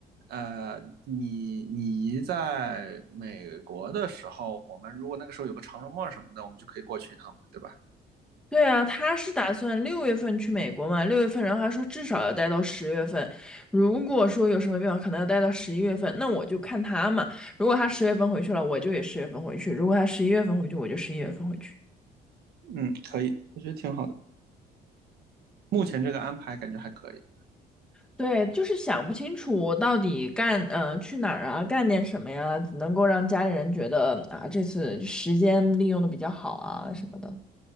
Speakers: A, on the right (about 70°); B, in the centre.
A: 呃，你你姨在美国的时候，我们如果那个时候有个长周末什么的，我们就可以过去一趟嘛，对吧？
B: 对啊，他是打算六月份去美国嘛？六月份，然后他说至少要待到十月份。如果说有什么变化，可能要待到十一月份，那我就看他嘛。如果他十月份回去了，我就也十月份回去；如果他十一月份回去，我就十一月份回去。
A: 嗯，可以，我觉得挺好的。目前这个安排感觉还可以。
B: 对，就是想不清楚我到底干，呃，去哪儿啊，干点什么呀，能够让家里人觉得啊，这次时间利用的比较好啊什么的。